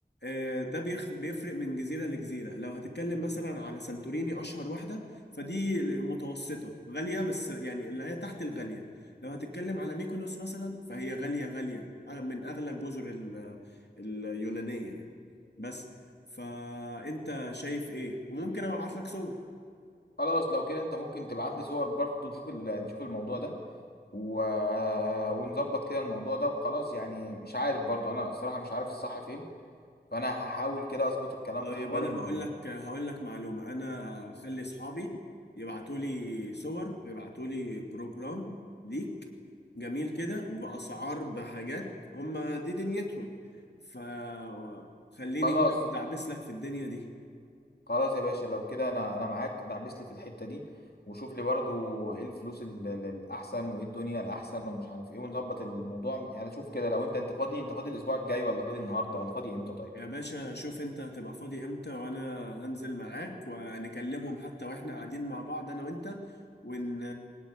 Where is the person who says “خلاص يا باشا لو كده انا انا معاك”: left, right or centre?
Left